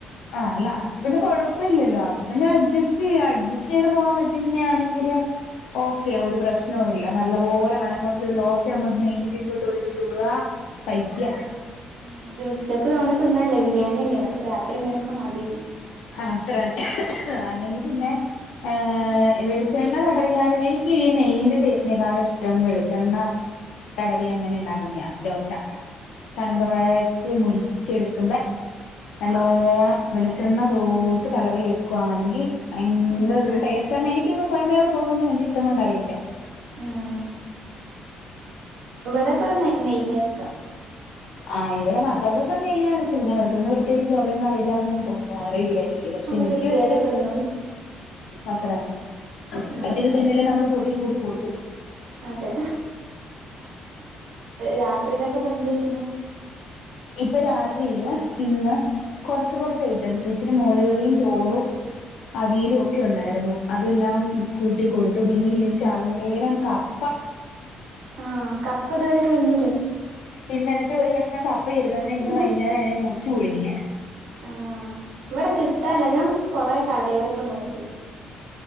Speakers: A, on the left; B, on the right.
A: അല്ല വല കൊഴപ്പല്ലല്ലോ ഹസ്ബൻഡ് അഡ്ജസ്റ്റ്
B: ആഹ്
A: ചെയ്യാം അഡ്ജ ചെയ്ത് പോവാൻ പറ്റുന്നാണെങ്കിലും ഓക്കെ ഒരു പ്രശ് പ്രശ്നവും ഇല്ല നല്ല പോലെ
B: ആഹ്
A: കനം കുറച്ചൊരു ദോശ അങ്ങോട്ട് നെയ്യ് ഒഴിച്ച് ചൂടുക കഴിക്ക
B: ആഹ് ഉച്ചയ്ക്ക് തോനെ തിന്നല്ലേ ബിരിയാണിയല്ലേ അപ്പൊ രാത്രി ഇങ്ങനെയൊക്കെ മതി
A: അത്ര തന്നെ അല്ലെങ്കി പിന്നെ ഏ വെളിച്ചെണ്ണ തടവിയാലും എനിക്ക് ഈ നെയ്യിന്റെ ടേസ്റ്റിനേക്കാളും ഇഷ്ടം വെളിച്ചെണ്ണ തടവി അങ്ങനെ ഉണ്ടാക്കുന്നയാ ദോശ കനം
B: അതെ
A: കുറച്ച് മുരിച്ചെടുക്കുമ്പ നല്ലോണം
B: ആവു
A: വെളിച്ചെണ്ണ തൂത്ത് തടവിയെടുക്കുവാണെങ്കി ഭയങ്കര
B: ഉം
A: ട്ടെസ് എനിക്കങ് സ്വയമേ തോന്നുന്നു എന്റെഇഷ്ടം കൊണ്ടായിരിക്കാം
B: ആഹ് ഇവിടെയൊക്കെ വന്നേ നെയ്യാ ഇഷ്ടം
A: ആഹ് ഇവിടെ മക്കൾക്കൊക്കെ നെയ്യാണ് ഇഷ്ടം അവർക്ക് പിന്നെ ചോവയൊന്നും അറില്ലാന്ന് തോന്നുന്നു അറിയില്ലായിരിക്കും
B: ആഹ്
A: പക്ഷെ
B: അപ്പൊ
A: എനിക്ക്
B: കിട്ടിയത്
A: പക്ഷേ
B: തിന്നും
A: അത്ര തന്നെ
B: ആഹ്
A: ഇത് തിന്നില്ലേ നമ്മള് പൊട്ടീന് കൊടുത്ത് കൊടുക്കുന്നു
B: അതെ രാത്രികെക്ക എന്തായിരുന്നു
A: ഇപ്പൊ രാത്രിയില് ഇന്ന് കൊറച്ച് കൊറച്ച് ഐറ്റംസ് ഇച്ചിരി മോര് കറിയും ചോറും അവിയലും ഒക്കെ ഉണ്ടായിരുന്നു അതെല്ലാം കൂട്ടി കൊടുത്തു പിന്നെ <unintelligible> ശകേലം കപ്പ
B: ആഹ് കപ്പ ഇതുവരെ കഴിഞ്ഞില്ലേ
A: ഇന്നലത്തെ ഒരു കഷ്ണം കപ്പ ഇരുന്നതിനെ ഇന്ന്
B: ഹ്
A: വൈന്നേരം അയിനെ മുറിച്ചു കുയിങ്ങിയേനെ
B: ആഹ് ഇവിടെ കിട്ടാല്ല ഞാൻ കൊറെ കടയിലൊക്കെ നോക്കി